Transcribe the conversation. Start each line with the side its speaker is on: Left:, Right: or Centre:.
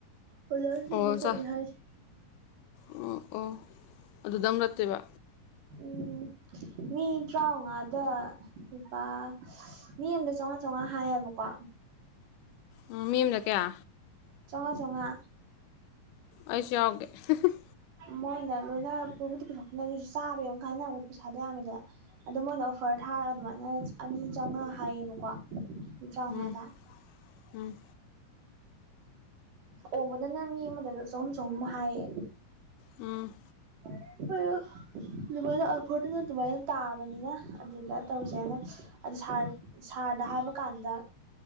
Right: ꯑꯣꯖꯥꯁꯤꯡꯒ
Left: ꯑꯣ ꯆꯥ
Right: ꯆꯠꯅꯤ ꯍꯥꯏꯁꯤ
Left: ꯑꯣ ꯑꯣ ꯑꯗꯨꯗꯪ ꯔꯠꯇꯣꯏꯕ
Right: ꯎꯝ ꯃꯤ ꯇ꯭ꯔꯥꯝꯉꯥꯗ ꯂꯨꯄꯥ ꯃꯤ ꯑꯝꯗ ꯆꯧꯉꯥ ꯆꯧꯉꯥ ꯍꯥꯏꯌꯦꯕꯀꯣ <inaudible>
Left: ꯎꯝ ꯃꯤ ꯑꯃꯅ ꯀꯌꯥ
Right: ꯆꯧꯉꯥ ꯆꯧꯉꯥ
Left: ꯑꯩꯁꯨ ꯌꯥꯑꯣꯒꯦ ꯑꯍ ꯑꯍ
Right: ꯃꯣꯏꯅ ꯂꯣꯏꯅ ꯄꯨꯕꯨꯗꯤ ꯄꯨꯊꯣꯛꯄꯥꯅꯦ ꯃꯩꯁꯨ ꯆꯥꯕꯕꯩ ꯑꯃꯨꯛꯥ ꯍꯥꯏꯅꯕꯗꯨꯗꯥ ꯄꯩꯁꯥꯁꯨ ꯌꯝꯃꯦꯗꯅ ꯑꯗꯨ ꯃꯣꯏꯅ ꯑꯣꯐꯔ ꯊꯥ ꯊꯥꯔ ꯑꯗꯨꯃꯥꯏꯅ ꯑꯅꯤ ꯆꯥꯝꯃꯉꯥ ꯍꯥꯏꯌꯦꯕꯀꯣ ꯂꯨꯄꯥ ꯇꯔꯥ ꯃꯉꯥꯗ
Left: ꯎꯝ ꯎꯝ
Right: ꯑꯣꯝꯕꯗꯅ ꯃꯤ ꯑꯃꯗ ꯆꯍꯨꯝ ꯆꯍꯨꯝ ꯍꯥꯏꯌꯦ
Left: ꯎꯝ
Right: <unintelligible> ꯑꯗꯨꯃꯥꯏꯅ ꯑꯥꯔ ꯐꯣꯔꯗꯅ ꯑꯗꯨꯃꯥꯏꯅꯥ ꯇꯥꯕꯅꯤꯅꯥ ꯑꯗꯨꯗ ꯇꯧꯁꯦꯅ ꯑꯗꯨ ꯁꯥꯔ ꯁꯥꯔ ꯑꯗ ꯍꯥꯏꯕ ꯀꯥꯟꯗ